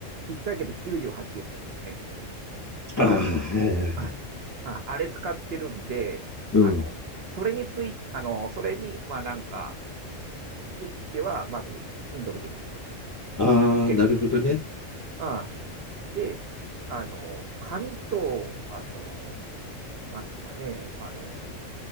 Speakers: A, on the right; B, on the left.
A: 一ヶ月98円のやつですね。
B: ああ、
A: あ、
B: はいはいはい
A: あ、ああれ使ってるんで、
B: うん。
A: あの、それについ、あの、それに、まあなんか、ついては、まず、Kindle で見ると。
B: ああ、
A: で、
B: なるほどね。
A: あで、あの、紙と、あの、なんですかね、あの、